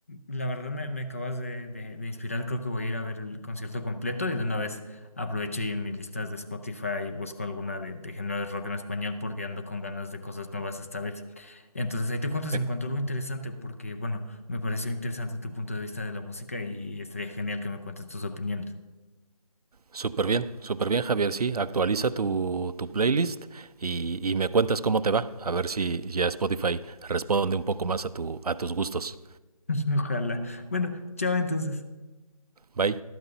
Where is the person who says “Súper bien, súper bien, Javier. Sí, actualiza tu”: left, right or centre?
Right